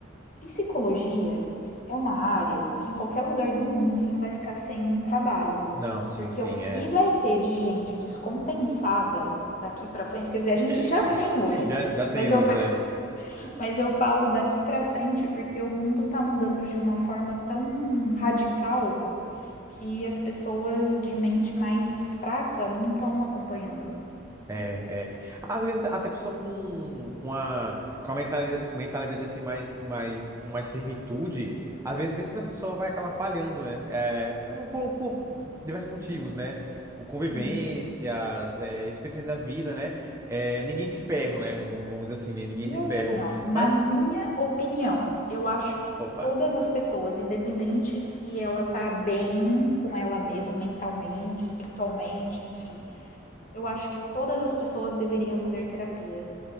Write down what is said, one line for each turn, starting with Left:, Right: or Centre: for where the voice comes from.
Left: Psicologia é uma área que em qualquer lugar do mundo você não vai ficar sem trabalho,
Right: Não, sim,
Left: porque
Right: sim,
Left: o que
Right: é.
Left: vai ter de gente descompensada daqui para frente, quer dizer, a gente
Right: <laughs>
Left: já tem hoje,
Right: Já, já temos,
Left: mas eu,
Right: é.
Left: <laughs> mas eu falo daqui para frente porque o mundo está mudando de uma forma tão radical que as pessoas de mente mais fraca não estão acompanhando.
Right: É, é. Às vezes até até pessoa com, com a, com a mentalidade, mentalidade assim mais, mais, com mais firmitude, às vezes mesmo essa pessoa vai acabar falhando, né? É, por, por diversos motivos, né? Por convivências,
Left: Sim.
Right: é, experiências da vida, né? É, ninguém de ferro, né? Vamos vamos dizer assim, né? Ninguém
Left: E
Right: de
Left: assim,
Right: ferro.
Left: ó, na
Right: Mas,
Left: minha opinião, eu acho que
Right: opa.
Left: todas as pessoas, independente se ela tá bem com ela mesma mentalmente, espiritualmente, enfim, eu acho que todas as pessoas deveriam fazer terapia.